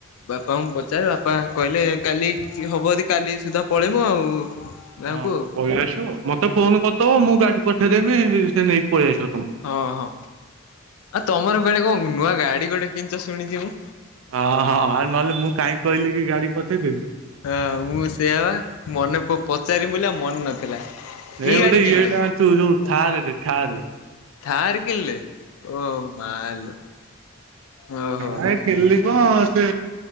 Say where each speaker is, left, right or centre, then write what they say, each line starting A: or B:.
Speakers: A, on the left; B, on the right.
A: ବାପାଙ୍କୁ ପଚାରେ ବାପା କହିଲେ କାଲି ହବ ଯଦି କାଲି ସୁଧା ପଳେଇମୁ ଆଉ। ଗାଁକୁ
B: ହଁ ପଳେଇ ଆସିବ ମତେ ଫୋନ କରିଦବ ମୁଁ ଗାଡି ପଠେଇଦେମି ସେ ନେଇକି ପଳେଇ ଆସିବ ତମକୁ।
A: ହଁ ହଁ ଆଉ ତମର କୁଆଡେ କଣ ନୂଆ ଗାଡି ଗୋଟେ କିଣିଛ ଶୁଣିଛି ମୁଁ?
B: ହଁ ହଁ ଆ ନହେଲେ ମୁଁ କାହିଁକ କହିଲି କି ଗାଡି ପଠେଇଦେବି।
A: ହଁ ମୁଁ ସେୟା ବା ମନେ ପଚାରିବି ବୋଲି ଆଉ ମନେ ନଥିଲା।
B: ଏଇ
A: କି
B: ଗୋଟେ
A: ଗାଡି
B: ଇଏ
A: କିଣିଲେ
B: ଟା ଆଣିଛୁ ଯୋଉ ଥାରେ ରେ ଥାରେ।
A: ଥାର୍ କିଣିଲେ ଓ ମାଲୋ। ଓହୋ
B: ନାଇଁ କିଣିଲି କଣ ସେ